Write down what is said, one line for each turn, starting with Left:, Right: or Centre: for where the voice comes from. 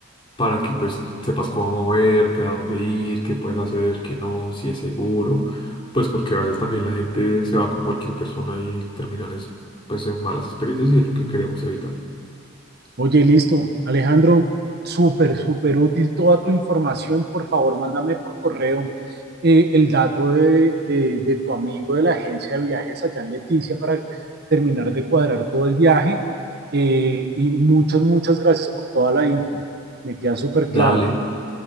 Left: para que pues sepas cómo moverte, a dónde ir, qué puedes hacer, qué no, si es seguro, pues porque a veces también la gente se va con cualquier persona y terminan es- pues en malas experiencias y es lo que queremos evitar.
Right: Oye, listo. Alejandro, súper, súper útil toda tu información. Por favor, mándame por correo eh, el dato de, de- de tu amigo de la agencia de viajes allá en Leticia para terminar de cuadrar todo el viaje. Eh, y muchas, muchas gracias por toda la info. Me queda súper
Left: Dale,
Right: claro.